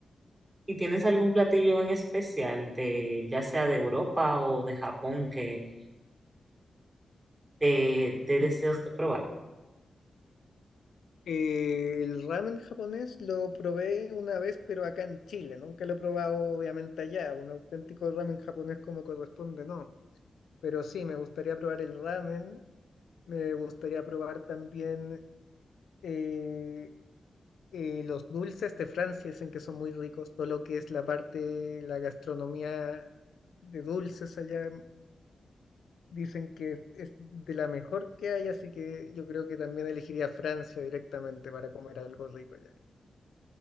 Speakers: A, on the right; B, on the left.
A: ¿Y tienes algún platillo en especial de, ya sea de Europa o de Japón, que te, te
B: Mm.
A: deseos de probar?
B: Eh, el ramen japonés lo probé una vez, pero acá en Chile, nunca lo he probado obviamente allá, un auténtico ramen japonés como corresponde, no. Pero sí, me gustaría probar el ramen Me gustaría probar también eh, eh, los dulces de Francia, dicen que son muy ricos, todo lo que es la parte, la gastronomía de dulces allá, dicen que es de la mejor que hay, así que yo creo que también elegiría Francia directamente para comer algo rico allá.